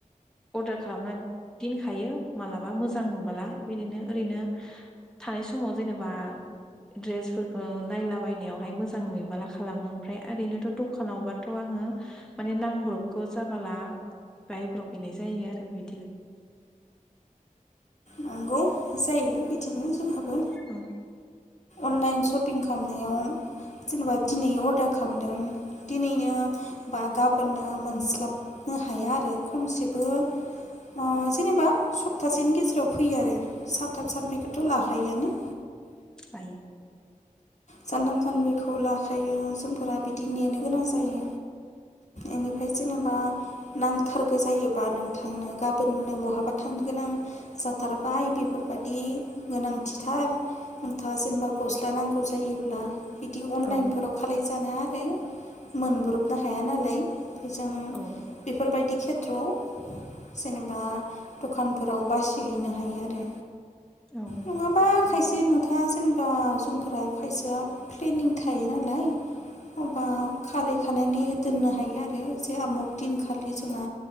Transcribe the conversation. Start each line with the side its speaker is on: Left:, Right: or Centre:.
Centre: अर्दार खालामना दिनखायो मालाबा मोजां नुबाला बिदिनो ओरैनो थानाय समाव जेनेबा ड्रेसफोरखौ नायलाबायनायावहाय मोजां नुयोबाला खालामो ओमफ्राय ओरैनोथ' दखानावबाथ' आङो माने नां ब्रबगौ जाबाला बायब्र'बहैनाय जायो आरो बिदिनो।
Left: नंगौ जायो बि दिनो जोंहाबो।
Centre: औ
Left: अनलाइन सपिं खामनाय
Centre: <unintelligible>
Left: जेनेबा दिनै अर्डार खालामदों दिनैनो बा गाबोननो मोनस्लाबनो हाया आरो खमसेबो ओ जेनेबा सप्थासेनि गेजेराव फैयो आरो। सानथाम सानब्रैखौथ' लाखायोआनो।
Centre: बायो
Left: सानथाम सानब्रैखौ लाखायो जोंफोरा बिदि नेनो गोनां जायो एनिफाय जेनेबा नांथारगो जायोबा नोंथांनो गाबोननो बहाबा थांनो गोनां जाथारबाय बिफोरबादि गोनांथिथार नोंथाङा जेनेबा गस्ला नांगौ गौ जायोब्ला बिदि अनलाइनफोराव
Centre: औ
Left: खालायजानाया <unintelligible> मोनब्रबनो हाया नालाय फैसा
Centre: औ।
Left: बेफोरबायदि खेथ्रआव जेनेबा दखानफोराव बासि हैैनो हायो आरो।
Centre: औ
Left: नङाबा
Centre: औ
Left: खायसे नुथा जेनेबा सम फोर खायसेया प्लेनिं थायो नालाय मबा खालायखानानै दोननो हायो आरो। ए आमुक दिनखालि जोंहा